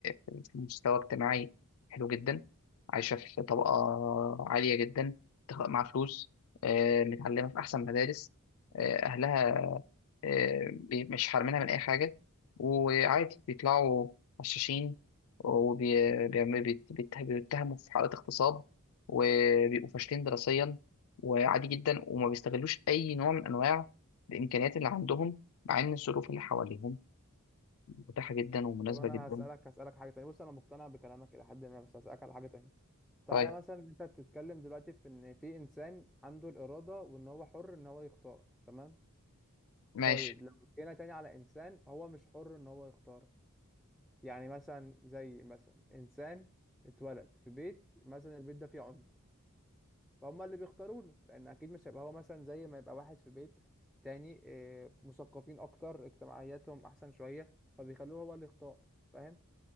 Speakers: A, on the left; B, in the centre.
A: في في مستوى اجتماعي حلو جدا عايشه في طبقه عاليه جدا تخ- مع فلوس آه متعلمه في احسن مدارس آه اهلها آه، بي- مش حارمينها من أي حاجة وعادي بيطلعوا غشاشين وبيتهموا في حالات اغتصاب وبيبقوا فاشلين دراسيا وعادي جدا وما بيستغلوش أي نوع من أنواع الإمكانيات اللي عندهم مع إن الظروف اللي حواليهم متاحة جدا ومناسبة
B: طب انا
A: جدا
B: هسألك هسألك حاجة تانية بص انا مقتنع بكلامك الى حد ما بس هسألك على حاجة تانية تعالى
A: طيب
B: مثلا انت بتتكلم دلوقتي في ان في انسان عنده الإرادة وان هو حر ان هو يختار تمام
A: ماشي
B: طيب لو جينا تاني على انسان هو مش حر ان هو يختار يعني مثلا زي مثلا انسان اتولد في بيت مثلا البيت ده فيه عنف فهم اللي بيختاروا له لان اكيد مش هيبقى هو مثلا زي ما يبقى واحد في بيت تاني آه، مثقفين اكتر اجتماعياتهم احسن شوية فبيخلوه هو اللي يختار فاهم